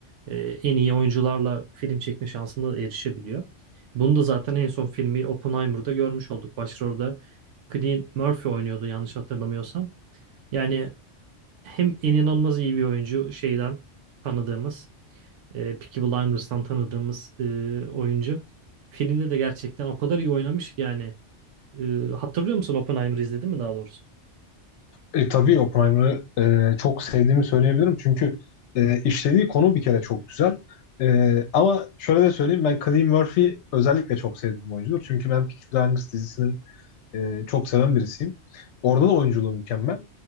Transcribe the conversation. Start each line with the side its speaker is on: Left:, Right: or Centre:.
Right: e, en iyi oyuncularla film çekme şansına da erişebiliyor. Bunu da zaten en son filmi Oppenheimer'da görmüş olduk. Başrolde Cillian Murphy oynuyordu yanlış hatırlamıyorsam. Yani hem en inanılmaz iyi bir oyuncu şeyden tanıdığımız e, Peaky Blinders'tan tanıdığımız e, oyuncu. Filmde de gerçekten o kadar iyi oynamış ki yani. E, hatırlıyor musun Oppenheimer'ı izledin mi daha doğrusu?
Left: E, tabii Oppenheimer'ı e, çok sevdiğimi söyleyebilirim. Çünkü e, işlediği konu bir kere çok güzel. E, ama şöyle de söyleyeyim ben Cillian Murphy'yi özellikle çok sevdiğim bir oyuncudur. Çünkü ben Peaky Blinders dizisinin e, çok seven birisiyim. Orada da oyunculuğu mükemmel.